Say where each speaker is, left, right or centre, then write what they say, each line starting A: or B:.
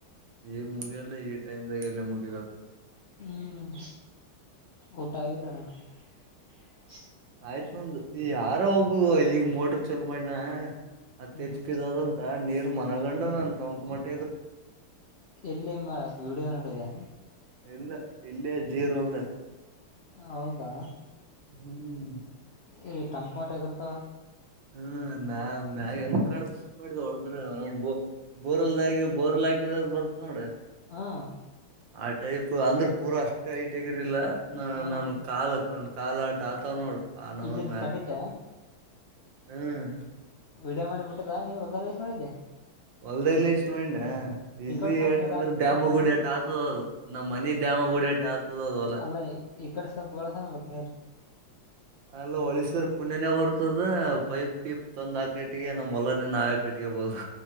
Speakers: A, on the right; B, on the left.
A: ಈ ಮುಗೆಲ್ಲಾ ಈ ಟೈಮದಾಗಲ್ಲ ಮುಗ ಇವ
B: ಹ್ಮ್ ಊಟಾ ಆಗಿಲ್ಲೆನ್. <inaudible>
A: ಆಯ್ತ್ ನಂದ ಈ ಯಾರೋ ಈಗ ಮೋಟರ್ ಚಲು ಮಾಡಿನ ಅತ್
B: ಹ್ಮ್
A: ಹೆಚ್ಪಿದದಂತ ನೀರ್ ಮನಗಂಡ ನನ್ ಟಂಕ್ ಮಟ್ಟ
B: ಎಲ್ಲಿಮ್ಮ ವಿಡಿಯೋ ನೋಡಿದಾ.
A: ಇಲ್ಲಾ ಇಲ್ಲೆ ಜೀರ್ ಒಂದ್
B: ಹೌದಾ
A: ಹ್ಮ್
B: ಇರು ಟಂಕ ಟಗರ ತಾ
A: ಹ್ಮ ಮ್ಯ ಮ್ಯಾಗ ಹೆಂಗ ಕಾಣಸ ಮಾಡಿದ ಹೊಡದ್ರ ಬೋ ಬೋರ್ಲ್ದಾಗಿ ಬೋರ್ಲ್ ಹಾಕಿದಾಗ ಬರ್ ನೋಡ
B: ಹ್ಮ್
A: ಆತ್ ಹೇಗಿತ್ತು ಆಂಧ್ರ ಪೂರಾ ಅಷ್ಟೇ ಐಟ್ ಆಗಿರಲಿಲ್ಲ ನ
B: ಹ್ಮ್
A: ನಾನು ಕಾಲಕ ನಂದ ಕಾಲಾಟ ಆತ ನೋಡು ಆ ನಮನ್
B: ಇಲ್ಲಿ
A: ಮ್ಯಾಗ
B: ಖಂಡಿತ
A: ಹ್ಮ್
B: ವಿಡಿಯೋ ಮಾಡಿ ಬಿಟ್ಟದ ನೀವ ಎಲ್ಲ ಲೈಕ್ ಮಡಿದ್ದಿ.
A: ಒಲ್ಲೆ ಲಿಸ್ಟಮೆನ್. ಇಲ್ಲಿ
B: ಕಡೆ ಸ್ವಲ್ಪ
A: ಏಟ್
B: ನೀರ್
A: ಅಂದ್ರೆ
B: ಹಾಕ್
A: ಡ್ಯಾಮ
B: ಕಳ್ಸನ್ಬೇಕ
A: ಗುಡಿ ಆಟ್ ಆತದದು ನಮ್ಮ್ ಮನಿ ಡ್ಯಾಮ ಗುಡಿ ಆಟ್ಟ್ ಆತದವಲ್ಲ.
B: ಅಲ್ಲ ಈ ಕಡೆ ಸ್ವಲ್ಪ ಕಳ್ಸನ್ಬೇಕ ನೀರ್
A: ಅಲ್ಲ ಹೊಳಿಸ್ರ ಪುಣ್ಯನ ಬರ್ತದ ಪೈಪ್ ಪಿಪ್ ತಂದ್ ಆಕಿಟ್ಟಿಗೆ ನಮ್ಮ್ ಹೊಲನು ನಾವೇ ಕಟ್ಟ್ಗಬೊದು.